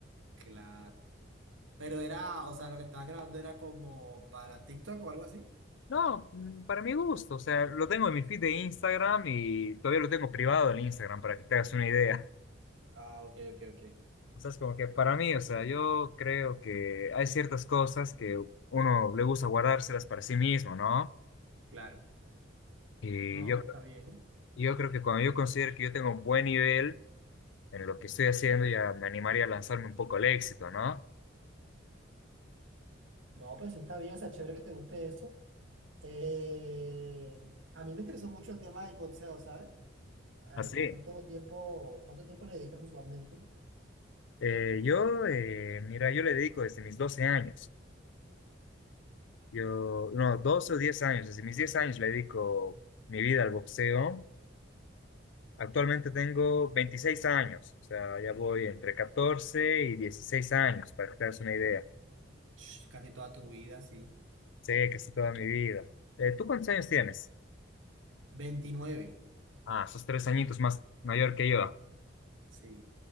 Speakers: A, on the right; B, on the left.
A: claro. Pero era, o sea, lo que estabas grabando era como para TikTok o algo así.
B: No, mm, para mi gusto, o sea, lo tengo en mi feed de Instagram y todavía lo tengo privado en Instagram para que te hagas una idea. <laughs>
A: Ah, ok, ok, ok.
B: O sea, es como que para mí, o sea, yo creo que hay ciertas cosas que uno le gusta guardárselas para sí mismo, ¿no?
A: Claro.
B: Y
A: No,
B: yo,
A: pues está bien.
B: yo creo que cuando yo considero que yo tengo un buen nivel en lo que estoy haciendo, ya me animaría a lanzarme un poco al éxito, ¿no?
A: No, pues está bien, o sea, chévere que te guste eso. Eh, a mí me interesó mucho el tema del boxeo, ¿sabes? Eh,
B: Así.
A: ¿cuánto tiempo, cuánto tiempo le dedicas usualmente?
B: Eh, yo, eh, mira, yo le dedico desde mis 12 años. Yo, no, 12 o 10 años, desde mis 10 años le dedico mi vida al boxeo. Actualmente tengo 26 años, o sea, ya voy entre 14 y 16 años, para que te hagas una idea.
A: Ch, Casi toda tu vida, sí.
B: Sé casi toda mi vida. Eh, ¿tú cuántos años tienes?
A: veintinueve
B: Ah, sos tres añitos más mayor que yo.
A: Sí.